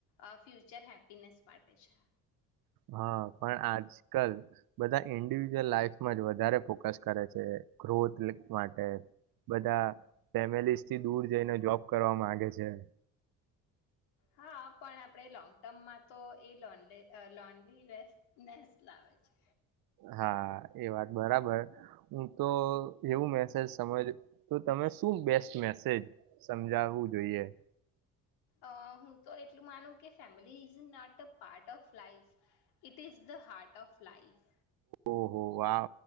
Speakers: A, on the left; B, on the right.
A: અ ફ્યુચર હેપીનેસ માટે છે.
B: હા પણ આજ કલ બધા ઇન્ડિવિજ્યુઅલ લાઈફમાં જ વધારે ફોકસ કરે છે ગ્રોથ માટે. બધા ફેમિલીઝ થી દૂર જઈને જોબ કરવા માંગે છે.
A: હા પણ આપણે લોંગ ટર્મમાં તો એ લોનલિ અ લોનલીલેસ નેસ લાવે છે.
B: હા એ વાત બરાબર હું તો એવું મેસેજ સમજ તો તમે શું બેસ્ટ મેસેજ સમજાવવું જોઈએ.
A: અ હું તો એટલું માનું કે family is not a part of life it is the heart of life.
B: ઓહો વાહ